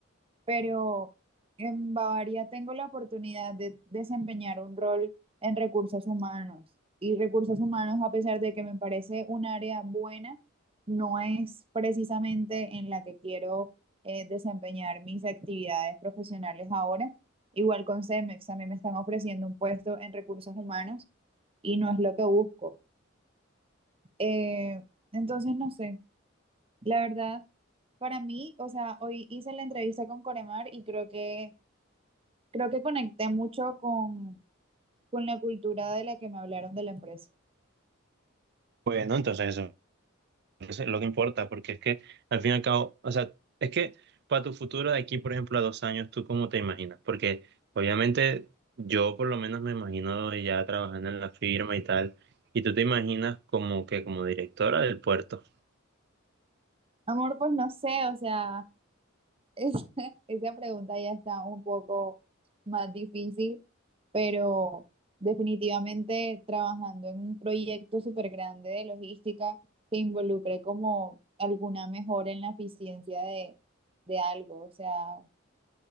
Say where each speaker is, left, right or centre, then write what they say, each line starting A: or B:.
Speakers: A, on the right (about 30°); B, on the right (about 55°).
A: pero en Bavaria tengo la oportunidad de desempeñar un rol en recursos humanos. Y recursos humanos, a pesar de que me parece un área buena, no es precisamente en la que quiero eh, desempeñar mis actividades profesionales ahora. Igual con Cemex, también me están ofreciendo un puesto en recursos humanos y no es lo que busco. Eh, entonces, no sé, la verdad, para mí, o sea, hoy hice la entrevista con Coremar y creo que, creo que conecté mucho con, con la cultura de la que me hablaron de la empresa.
B: Bueno, entonces eso. Eso es lo que importa, porque es que al fin y al cabo, o sea, es que para tu futuro de aquí, por ejemplo, a dos años, ¿tú cómo te imaginas? Porque obviamente yo por lo menos me imagino ya trabajando en la firma y tal, y tú te imaginas como que como directora del puerto.
A: Amor, pues no sé, o sea, <laughs> es- esa pregunta ya está un poco más difícil, pero definitivamente trabajando en un proyecto súper grande de logística que involucre como alguna mejora en la eficiencia de de algo, o sea